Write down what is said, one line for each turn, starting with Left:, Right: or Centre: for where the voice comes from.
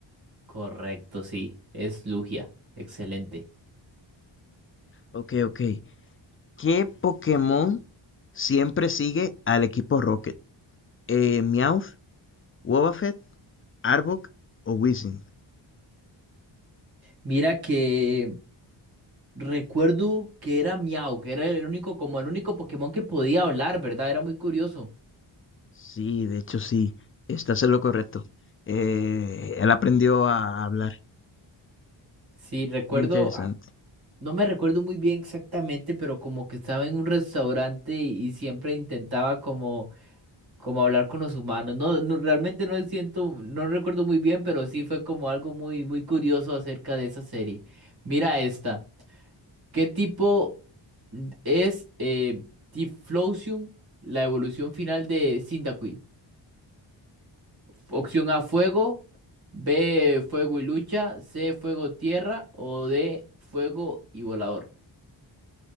Right: Correcto, sí. Es Lugia. Excelente.
Left: Ok, ok. ¿Qué Pokémon siempre sigue al equipo Rocket? Eh, Meowth, Wobbuffet, Arbok o Weezing.
Right: Mira que Recuerdo que era Miau, que era el único, como el único Pokémon que podía hablar, ¿verdad? Era muy curioso.
Left: Sí, de hecho sí, estás en lo correcto. Eh, él aprendió a hablar.
Right: Sí, recuerdo,
Left: Muy interesante.
Right: ah, no me recuerdo muy bien exactamente, pero como que estaba en un restaurante y, y siempre intentaba como, como hablar con los humanos. No, no, realmente no siento, no recuerdo muy bien, pero sí fue como algo muy, muy curioso acerca de esa serie. Mira esta. ¿Qué tipo es eh, Tiflosium, la evolución final de Cyndaquil? Opción A, fuego. B, fuego y lucha. C, fuego, tierra. O D, fuego y volador.